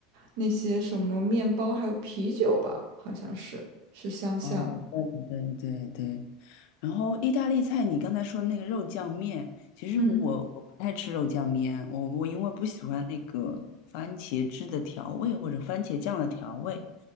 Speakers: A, on the right (about 70°); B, on the left (about 65°).
A: 那些什么面包还有啤酒吧，好像是是相像。
B: 哦，对对对对对，然后意大利菜，你刚才说那个肉酱面，其实我我不太吃肉酱面，
A: 嗯，
B: 我我因为不喜欢那个番茄汁的调味或者番茄酱的调味。